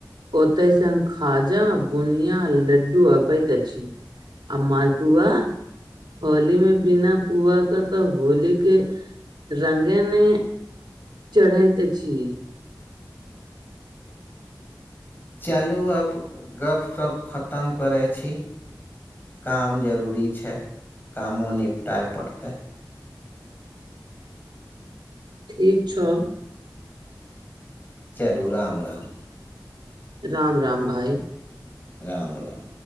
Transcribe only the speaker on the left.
चालू अब गप सप खतम करै छी। काम जरूरी छैय कामो निपटाए पड़तै।
चलू राम राम
राम राम